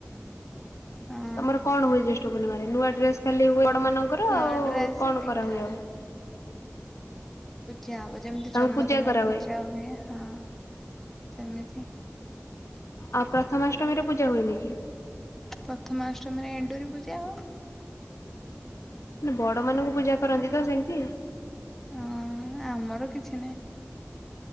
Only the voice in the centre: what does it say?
ହଁ।
ନୂଆ
ଡ୍ରେସ
ପିଠା
ପୂଜା ହବ ଯେମିତି
ଜନ୍ମଦିନରେ
ପୂଜା ହୁଏ ହଁ ସେମିତି।
ପ୍ରଥମାଷ୍ଟମୀରେ ଏଣ୍ଡୁରି ପୂଜା ହବ।
ଓହୋ ଆମର କିଛି ନାହିଁ।